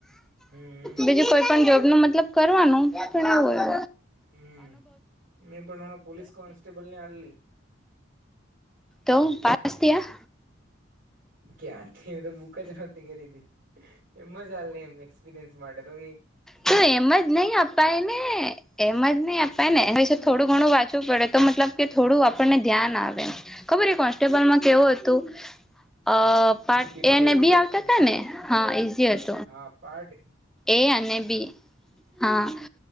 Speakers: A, on the right (about 50°); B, in the centre.
A: હમ
B: બીજું કોઈ પણ જોબ નું મતલબ કરવાનું પણ એવું હોય.
A: હમ મેં પણ હણા પોલીસ કોન્સ્ટેબલ ને હલી.
B: તો પાસ્યા
A: ક્યાંથી તો બૂક જ નહતી કરીરી હતી. એમ જાલ ન એમ એક્સપિરિયન્સ માટે તો ભી
B: તો એમ જ નહી અપાય ને એમ જ નહી, અપાય ને થોડું ઘણું વાંચવું પડે તો મતલબ કે થોડું આપણને ધ્યાન આવે ખબર કોન્સ્ટેબલમાં કેવું હતુ. અ પાર્ટ
A: પેપર
B: એ
A: તો
B: ને
A: ઈઝી
B: બી
A: હતું
B: આવતા હતા ને હા ઈઝી હતી.
A: હા પાાર્ટ
B: એ અને બી હા